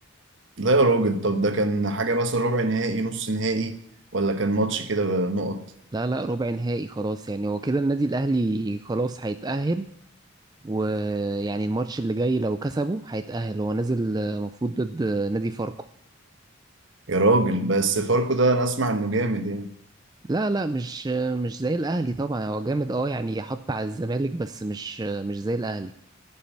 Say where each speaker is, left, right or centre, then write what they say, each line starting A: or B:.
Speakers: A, on the right (about 60°); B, on the right (about 20°).
A: لا يا راجل طب ده كان حاجة مثلا ربع نهائي نص نهائي ولا كان ماتش كده نقط
B: لا لا ربع نهائي خلاص يعني هو كده النادي الاهلي خلاص هيتأهل ويعني الماتش اللي جاي لو كسبه هيتأهل هو نازل المفروض ضد نادي فاركو
A: يا راجل بس فاركو ده انا اسمع انه جامد يعني
B: لا لا مش مش زي الاهلي طبعا هو جامد اه يعني حط على الزمالك بس مش مش زي الاهلي